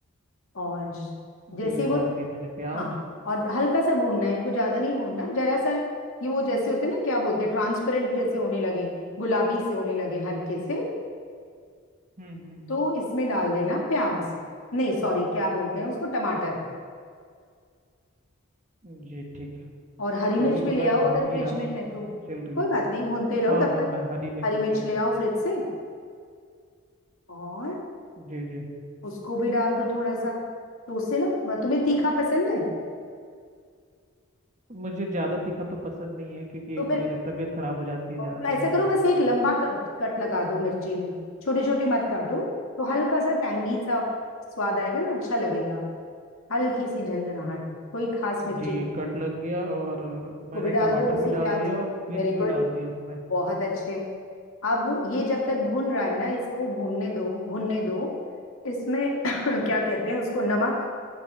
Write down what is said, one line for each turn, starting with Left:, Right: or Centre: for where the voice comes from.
Left: और ज-
Right: जी
Left: जैसे
Right: ये
Left: ही वो
Right: डाल दिया मैंने प्याज
Left: हाँ और हल्का सा भूनना है इनको ज्यादा नहीं भूनना जरा सा ये वो जैसे होते हैं ना क्या बोलते हैं ट्रांसपेरेंट जैसे होने लगे गुलाबी से होने लगे हल्के से
Right: हम्म हम्म
Left: तो इसमें डाल देना प्याज नहीं सॉरी क्या बोलते हैं उसको टमाटर
Right: हम्म। जी ठीक है
Left: और हरी
Right: तो
Left: मिर्च
Right: अभी तो
Left: भी ले
Right: मैं
Left: आओ
Right: भून
Left: अगर
Right: ही
Left: फ्रिज
Right: रहा हूँ
Left: में है तो
Right: अब चल रही
Left: कोई
Right: है
Left: बात नहीं भूनते रहो
Right: हाँ
Left: तब
Right: हाँ
Left: तक
Right: मैं हरी मिर्च
Left: हरी मिर्च
Right: डाल रहा
Left: ले आओ फ्रिज से और
Right: हूँ जी जी
Left: उसको भी डाल दो थोड़ा सा तो उससे ना तुम्हें तीखा पसंद है
Right: मुझे ज़्यादा तीखा तो पसंद नहीं है क्योंकि
Left: तो फिर
Right: मेरी तबीयत खराब हो जाती है
Left: और
Right: ज़्यादा
Left: तो ऐसा
Right: तीखा
Left: करो
Right: खाने
Left: बस
Right: से
Left: एक लंबा कट कट लगा दो मिर्ची में छोटी छोटी मत काटो तो हल्का सा टैंगी सा स्वाद आएगा ना अच्छा लगेगा हल्की सी झंझनाहट कोई खास मिर्ची
Right: जी
Left: नहीं
Right: ये कट
Left: होगी
Right: लग गया और मैंने
Left: वो भी डाल
Right: टमाटर
Left: दो उसी
Right: भी
Left: प्याज
Right: डाल दिया
Left: में
Right: और मिर्च
Left: वेरी गुड
Right: भी डाल दिया उसमें
Left: बहुत अच्छे अब ये जब तक भून रहा है ना इसको भूनने दो भूनने दो इसमें <coughs> <clears throat> क्या कहते हैं उसको नमक